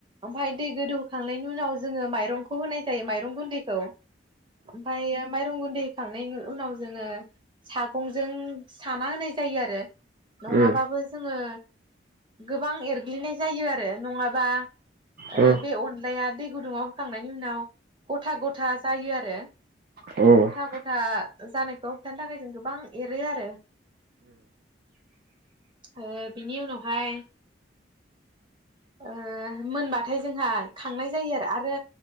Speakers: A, on the right; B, on the right.
A: ओमफाय दै गोदौखांनायनि उनाव जोङो माइरं खौ होनाय जायो माइरं गुन्दैखौ। ओमफ्राय माइरं गुन्दै। थांनायनि उनाव जोङो सागंजों। साना होनाय जायो आरो नङाबाबो
B: औ
A: जोङो। गोबां एरग्लिनाय जायो आरो नङाबा।
B: औ
A: ओ बे अनलायानो। दै गुदंयाव। होखांनायनि उनाव गथा गथा जायो आरो। <unintelligible>
B: औ
A: गथा-गथा
B: औ
A: जानायखौ होबथानो थाखाय जों गोबां एरो आरो। ओ बिनि उनावहाय। ओम मोनबा। थाय जोंहा खांनाय जायो आरो-आरो।